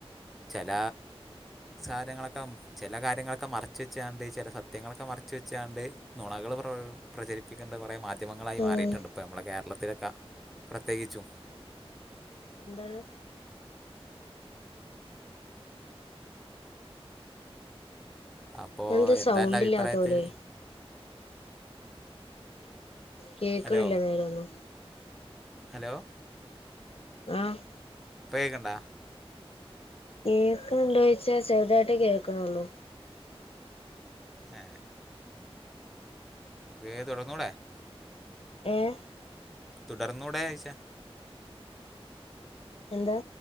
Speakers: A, in the centre; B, on the left (about 70°).
A: ചില സാധനങ്ങളൊക്കെ ചില കാര്യങ്ങളൊക്കെ മറച്ച് വെച്ചാണ്ട് ചില സത്യങ്ങളൊക്കെ മറച്ച് വെച്ചാണ്ട് നുണകൾ പ്രം പ്രചരിപ്പിക്കുന്ന കുറേ മാധ്യമങ്ങളായി
B: ഉം
A: മാറിയിട്ടുണ്ട് ഇപ്പോൾ നമ്മുടെ കേരളത്തിലൊക്കെ പ്രത്യേകിച്ചും
B: എന്താണ്.
A: അപ്പോ
B: എന്താ
A: എന്താന്റെ
B: സൗണ്ട്
A: അഭിപ്രായത്തില്
B: ഇല്ലാത്ത പോലെ കേൾക്കണില്ല
A: ഹലോ
B: നേരൊന്നും
A: ഹലോ
B: ആഹ്
A: പ്പേ കേക്ക്ണ്ടോ?
B: കേൾക്ക്ണണ്ടോ ചോദിച്ചാൽ ചെറുതായിട്ടേ കേക്കണള്ളൂ.
A: ഏഹ് നമ്മക്ക് തുടർന്നോടെ
B: ഏഹ്
A: തുടർന്നൂടെയ്ച്ച.
B: എന്താ